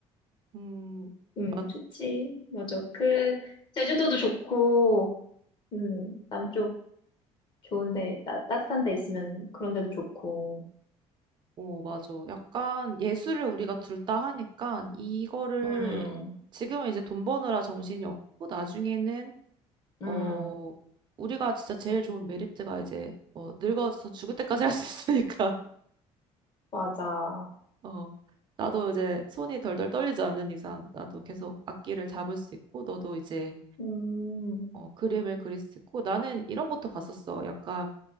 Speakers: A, on the right; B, on the left.
A: 음,
B: 음,
A: 맞,
B: 좋지. 맞아. 그, 제주도도 좋고, 음, 남쪽 좋은데, 따, 따뜻한 데 있으면 그런 데도 좋고.
A: 오, 맞아. 약간 예술을 우리가 둘 다 하니까 이거를
B: 음,
A: 지금은 이제 돈 버느라 정신이 없고 나중에는
B: 음,
A: 어, 우리가 진짜 제일 좋은 메리트가 이제, 어, 늙어서 죽을 때까지 할 수 있으니까,
B: 맞아.
A: <laughs> 어, 나도 이제 손이 덜덜 떨리지 않는 이상, 나도 계속 악기를 잡을 수 있고, 너도 이제,
B: 음,
A: 어, 그림을 그릴 수 있고, 나는 이런 것도 봤었어. 약간,